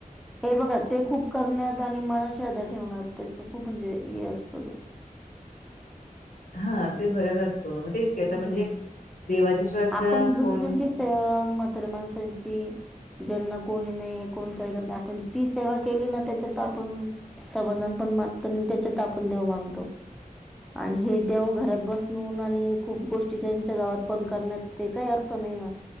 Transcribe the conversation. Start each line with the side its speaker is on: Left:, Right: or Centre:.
Centre: हे बघा ते खूप करण्यात आणि मनात श्र द्धा ठेवण्यात त्याच खूप म्हणजे हे असतं ते
Left: हा ते फरक असतो तेच की आता
Centre: हम्म
Left: म्हणजे देवाची श्रद्धा
Centre: आपण दुसऱ्यांची
Left: कोण
Centre: सेवा म्हताऱ्या माणसांची ज्यांना कोणी नाही कोण काही करत आपण ती सेवा केली ना त्याच्यात आपण समाधान पण वाटतो आणि त्याच्यात आपण देव मानतो. आणि हे देव घरात बसून आणि खूप गोष्टी त्यांच्या अर्पण करण्यात ते काही अर्थ नाही ना